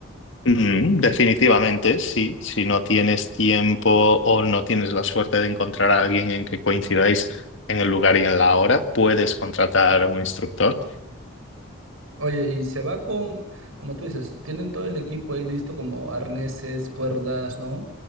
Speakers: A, on the left; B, on the right.
A: Mm, definitivamente, sí. Si no tienes tiempo o no tienes la suerte de encontrar a alguien en que coincidáis en el lugar y en la hora, puedes contratar a un instructor.
B: Oye, y se va con, como tú dices, tienen todo el equipo ahí listo, como arneses, cuerdas, ¿no?